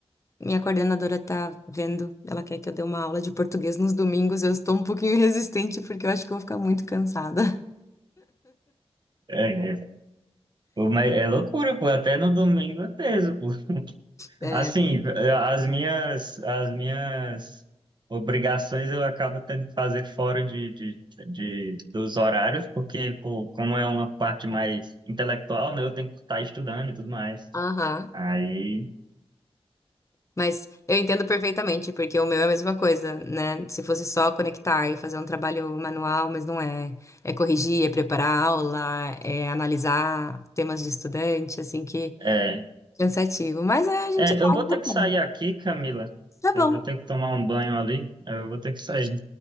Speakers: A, on the left (about 30°); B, on the right (about 45°).
A: minha coordenadora tá vendo, ela quer que eu dê uma aula de português nos domingos. Eu estou um pouquinho <laughs> resistente porque eu acho que eu vou ficar muito cansada.
B: É, é, Pô, mas é loucura, pô. Até no domingo é teso, pô.
A: É.
B: Assim, as minhas, as minhas obrigações eu acabo tendo que fazer fora de, de, de- dos horários, porque, pô, como é uma parte mais intelectual, né, eu tenho que estar estudando e tudo mais.
A: Aham.
B: Aí,
A: Mas eu entendo perfeitamente, porque o meu é a mesma coisa, né? Se fosse só conectar e fazer um trabalho manual, mas não é. É corrigir, é preparar a aula, é analisar temas de estudante, assim que
B: é,
A: cansativo. Mas é, a gente
B: é,
A: vai
B: eu vou ter
A: botando.
B: que sair aqui, Camila.
A: Tá
B: Eu
A: bom,
B: vou ter que tomar um banho ali. Eu vou ter que sair.